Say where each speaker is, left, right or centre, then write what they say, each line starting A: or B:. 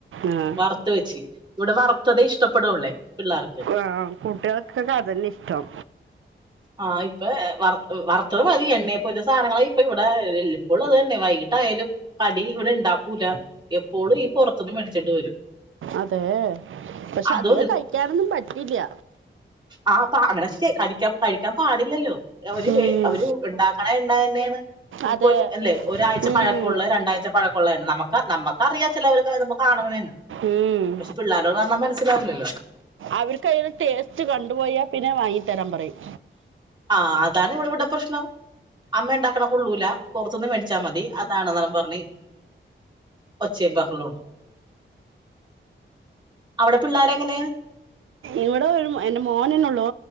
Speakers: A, on the right (about 75°); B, on the right (about 20°).
A: ആ,
B: വർത്ത് വെച്ച് ഇവിടെ വർത്തതെ ഇഷ്ടപ്പെടുള്ളെ, പിള്ളേർക്ക്.
A: ആ, കുട്ടികൾക്കൊക്കെ അതെന്നെ ഇഷ്ടം.
B: ആഹ്, ഇപ്പ വറുത്തത് മതി. എണ്ണെ പോരിച്ച സാധനങ്ങളാ ഇപ്പ ഇവിടെ എല് ഇപ്പളും അതെന്നെ വൈകിട്ടായയാലും കടി ഇവിടെണ്ടാക്കൂല. എപ്പോളും ഈ പെർത്ത്ന്ന് മേടിച്ചേണ്ട് വരും.
A: അതേ പക്ഷെ
B: അത്
A: അധികം കഴിക്കാനൊന്നും പറ്റില്ല്യ
B: ആഹ് പ്പാ അങ്ങന ശ്ശെ കടിക്കാൻ കഴിക്കാൻ പാടില്ലല്ലോ. അ ഒര്
A: ഉം,
B: അവരു ണ്ടാക്ക്ണ എണ്ണ തെന്നെണ്
A: അതെ
B: പൊര് അല്ലെ ഒരാഴ്ച
A: ഉം,
B: പഴക്കുള്ള രണ്ടാഴ്ച പഴ ക്കുള്ള എണ്ണ നമ്മക്കാ നമ്മക്കറിയാ ചിലവരൊക്ക ഇത്പ്പ കാണുലേന്ന്.
A: ഊ ഉം
B: പിള്ളാരോട്‌ പർഞാ മനസ്സിലാവുലല്ലോ.
A: അവർക്കയിന് ടേസ്റ്റ് കണ്ടുപോയാ പിന്നെ വാങ്ങിത്തെരാൻ പറയും.
B: ആഹ് അതാണ് ഇവള് ഇവിടെ പ്രശ്നം. അമ്മ ഉണ്ടാക്ക്ണ കൊള്ളൂല പൊർത്ത്ന്ന് മേടിച്ചാ മതി അതാണ്ന്നാ അവൻ പറഞ്ഞ്. ഒച്ചേം ബഹളോണ്. അവിടെ പിള്ളാരെങ്ങനയാ?
A: ഇവിടെ ഒരു എന്റെ മോനന്നെള്ളൂ.